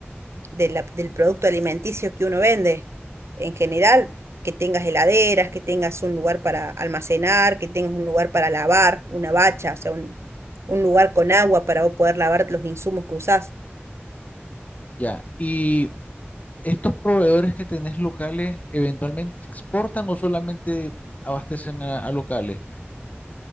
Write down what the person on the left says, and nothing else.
Ya, y estos proveedores que tenés locales, ¿eventualmente exportan o solamente abastecen a, a locales?